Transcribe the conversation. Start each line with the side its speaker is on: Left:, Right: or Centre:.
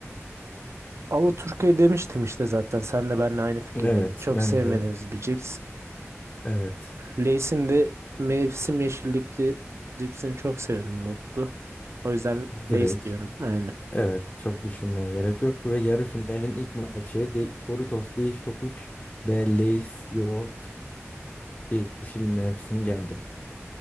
Right: Ama Türkiye demiştim işte zaten. Sen de benimle aynı fikirdeydin.
Left: Evet,
Right: Çok
Left: ben
Right: sevmediğimiz
Left: de
Right: bir cips.
Left: evet.
Right: Lay's'in de mevsim yeşillikli cipsini çok severim yoğurtlu. O yüzden Lay's
Left: Direkt
Right: diyorum. Aynen.
Left: evet çok düşünmeye gerek yok ve yarı finalin ilk maçı de Doritos Değiş Tokuş ve Lay's yoğurt yeşil mevsim geldi.